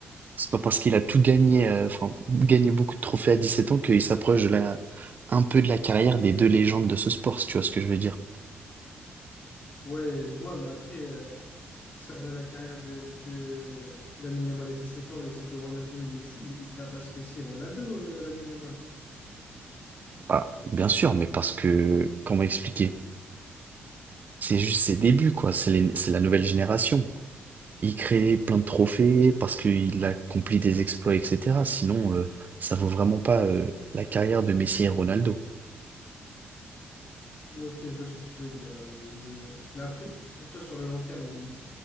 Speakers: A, on the right; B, on the left.
A: C'est pas parce qu'il a tout gagné, euh, enfin, gagné beaucoup de trophées à 17 ans qu'il s'approche de la, un peu de la carrière des deux légendes de ce sport, si tu vois ce que je veux dire.
B: Ouais, je vois, mais après, euh, si on regarde la carrière de, de, de Lamine Yamal à sept ans et celle de Ronaldo et Messi, il, il tabasse Messi et Ronaldo, euh, Lamine Yamal.
A: Bah, bien sûr, mais parce que, comment expliquer? C'est juste ses débuts, quoi. C'est les- c'est la nouvelle génération. Il crée plein de trophées parce qu'il accomplit des exploits, et cetera. Sinon, heu, ça vaut vraiment pas, heu, la carrière de Messi et Ronaldo.
B: Ok, je vois ce que tu veux dire. Je, je- Mais après, pour toi, sur le long terme, il,